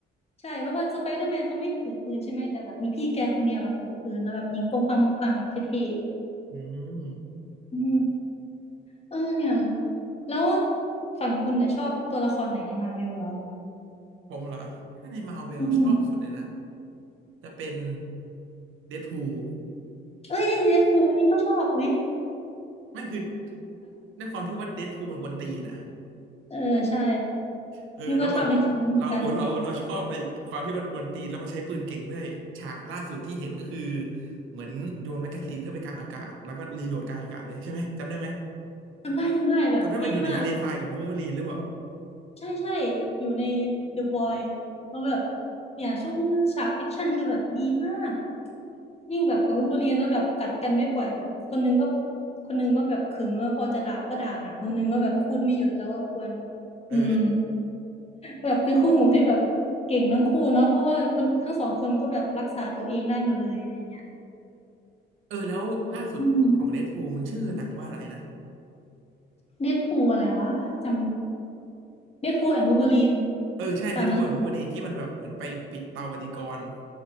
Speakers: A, on the left; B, on the right.
A: ใช่เพราะว่าสไปเดอร์แมนเขาไม่ถือปืนใช่ไหมแต่แบบมีพี่แกคนเดียวอะถือปืนแล้วแบบยิงปงปังปงปังแบบเท่
B: อืม
A: ๆอืมเออเนี่ยแล้วฝั่งคุณเนี่ยชอบตัวละครไหนในมาร์เวลเหรอ
B: ผมเหรอถ้าในมาเวลชอบสุดเลยนะ
A: อืม
B: จะเป็นเดดพูล
A: เอ้ยเรดฟูลอันนี้ก็ชอบอุ้ย
B: ไม่คือด้วยความที่ว่าเดดพูลมันกวนตีนนะ
A: เออใช่
B: เออแล้วแบบ
A: นี่ก็ชอบในจุดนั้นเหมือนกัน
B: เราเราเราชอบในความที่มันกวนตีนแล้วมันใช้ปืนเก่งด้วยฉากล่าสุดที่เห็นก็คือเหมือนโยนแมกกาซีนขึ้นไปกลางอากาศแล้วก็รีโหลดกลางอากาศเลยใช่ไหมจำได้ไหม
A: จำได้จำได้แบบเท่มาก
B: จำได้ว่าอยู่ในทะเลทรายกับวูล์ฟเวอรีนหรือเปล่า
A: ใช่ใช่อยู่ใน The Void แล้วแบบเนี่ยช่วงฉากแอคชั่นคือแบบดีมากยิ่งแบบกับวูล์ฟเวอรีนแล้วแบบกัดกันไม่ปล่อยแบบคนนึงก็คนนึงก็แบบขึมแล้วพอจะด่าก็ด่าหนักคนนึงก็แบบพูดไม่หยุดแล้วก็กวน
B: เออ
A: อืมแบบเป็นคู่หูที่แบบเก่งทั้งคู่เนาะเพราะว่าคนทั้งสองคนก็แบบรักษาตัวเองได้หมดเลยอะไรเงี้ย
B: เออแล้วล่าสุดของเดดพูลมันชื่อหนังว่าอะไรนะ
A: อืม เน o ตพูอะไรวะจำเน o ตพูแอนด์วูล์ฟเวอรีน
B: เออใช่เดดพูลกับวูล์ฟเวอรีนที่มันแบบเหมือนไปปิดเตาปฏิกรณ์
A: ตามนั้น